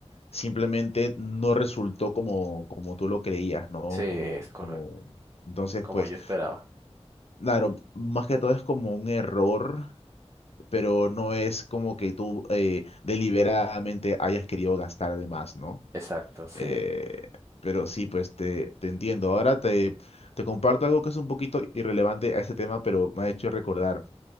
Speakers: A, on the left; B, on the right.
A: simplemente no resultó como, como tú lo creías, ¿no?
B: Sí, es
A: Como,
B: correcto,
A: como... Entonces,
B: como
A: pues,
B: yo esperaba.
A: claro, más que todo es como un error, pero no es como que tú eh, deliberadamente hayas querido gastar de más, ¿no?
B: Exacto, sí.
A: Eh, pero sí, pues te, te entiendo. Ahora te, te comparto algo que es un poquito irrelevante a este tema, pero me ha hecho recordar.